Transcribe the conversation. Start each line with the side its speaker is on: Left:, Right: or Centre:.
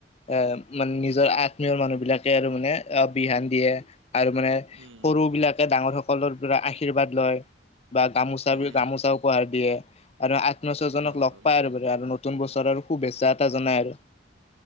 Left: এ মানে নিজৰ আত্মীয়ৰ মানুহ বিলাক আৰু মানে অ বিহান দিয়ে আৰু মানে
Right: উম,
Left: সৰু বিলাকে ডাঙৰ সকলৰ আশীৰ্বাদ লয় বা গামোচা
Right: উম, উম,
Left: গামোচা উপহাৰ দিয়ে আৰু আত্মীয়স্বজনক
Right: অ',
Left: লগ পাই আৰু বাৰ আৰু নতুন বছৰৰ শুভেচ্ছা এটা জনাই আৰু